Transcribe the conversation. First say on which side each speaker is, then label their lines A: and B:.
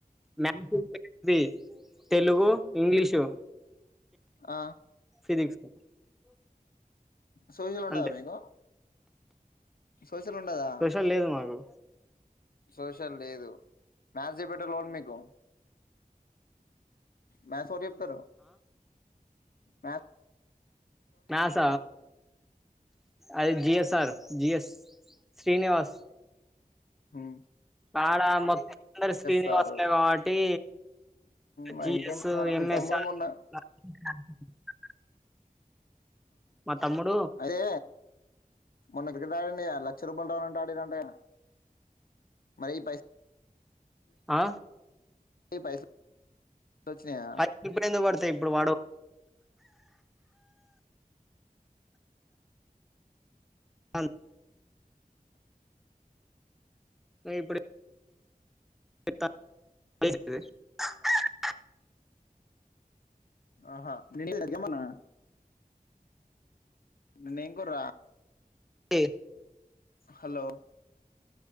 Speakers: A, in the centre; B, on the left (about 80°).
A: మ్యాసు <unintelligible> ది తెలుగు ఇంగ్లీషు.
B: అ.
A: <unintelligible>
B: సోషలుండదా
A: అంతే
B: మీకు. సోషలుండదా.
A: సోషల్ లేదు మాకు
B: సోషల్ లేదు మ్యాసు <unintelligible> ఓర్ మీకు మ్యాసెవర్ జెప్తారు మా.
A: మ్యాస అదె జియస్సార్ జియస్ శ్రీనివాస్.
B: ఉమ్
A: ఆడ మొత్తం <unintelligible> శ్రీనివాసులే
B: సారు
A: కావట్టీ
B: మరి
A: జిఎస్సు
B: ఇంకేంటి మరి
A: ఎమ్మెస్
B: మీ తమ్ముడు
A: <unintelligible>
B: మొన్న
A: తమ్ముడు
B: అదే. మన క్రికెటాడిండు గా లక్ష రూపాయ్లు డౌన్ంట ఆడిర్రంట గా. మరీ పైస్
A: అ
B: పైసలు వచ్చినాయా
A: అయ్ ఇప్పుడెందుకు పడ్తాయ్ ఇబ్బుడు పడవ్. అన్ గ ఇబ్బుడె <unintelligible>
B: ఆహా <unintelligible> ఏమన్న నిన్నేం కూర.
A: ఎ
B: హలో